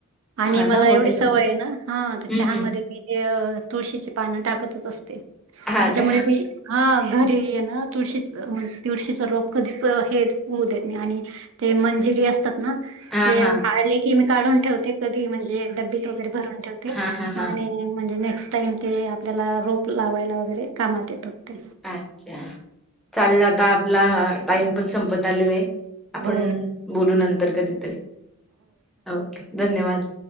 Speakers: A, on the right (about 60°); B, in the centre.
A: आणि
B: हां
A: मला
B: का?
A: एवढी
B: बघेन
A: सवय
B: मी.
A: ये ना, हा तर
B: हं,
A: चहामध्ये
B: हं.
A: मी जे तुळशीची पानं टाकतच असते.
B: हां
A: त्याच्यामुळे
B: का?
A: मी हा घरी ह ना तुळशीच म्हणज तुळशीचा रोप कधीच हेच होऊ देत नाही आणि ते मंजिरी आस तत ना
B: हां,
A: हे
B: हां.
A: आले की मी काढून ठेवते, कधी म्हणजे ड्बीत वगैरे भरून ठेवते. ते
B: हां, हां, हां.
A: आणि म्हणजे नेक्स्ट टाइम ते आपल्याला रोप लावायला वगैरे कामात येते.
B: अच्छा, चालेल आता आपला टाइम पणं संपत आलेला आहे. आपण
A: हो
B: बोलू नंतर कधीतरी, ओके, धन्यवाद!